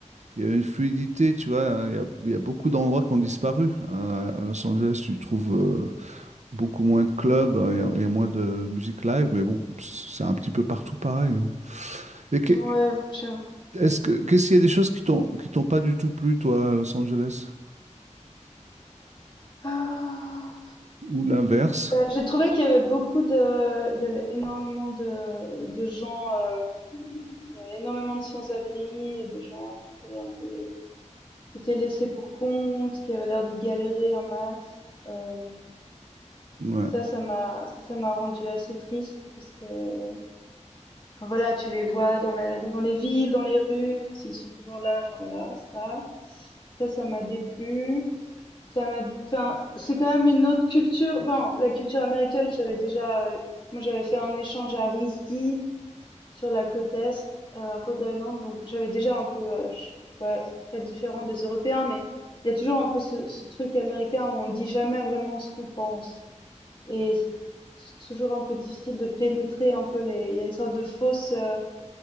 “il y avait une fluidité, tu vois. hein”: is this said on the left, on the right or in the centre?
Right